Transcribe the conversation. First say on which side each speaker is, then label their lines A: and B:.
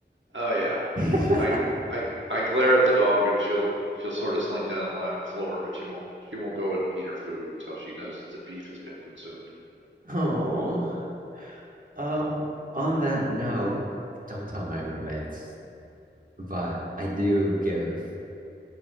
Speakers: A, on the right; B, on the right.
A: Oh yeah.
B: <laughs>
A: I I I glare at the dog and she'll she'll sort of slink down and lie on the floor, but she won't she won't go and eat her food until she knows that the beef has been consumed.
B: Oh, um, on that note, don't tell my roommates, but I do give